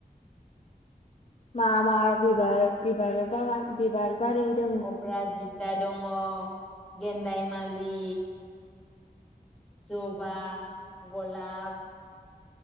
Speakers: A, on the left; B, in the centre.
A: मा मा बिबार बिबार बागान बिबार? बारि दङ
B: अफ्राजिता दङ। गेन्दाय मालि, जबा, गलाब,